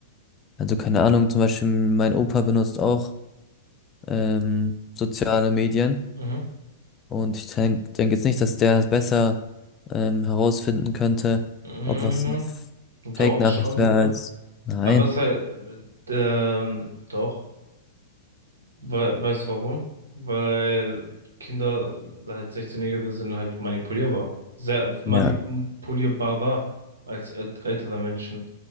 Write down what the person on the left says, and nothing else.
also keine Ahnung, zum Beispiel mein Opa benutzt auch ähm, soziale Medien
und ich denke denk denk jetzt nicht, dass der besser ähm, herausfinden könnte,
ob was eine F-
Fake-Nachricht
wäre
als nein.
Ja,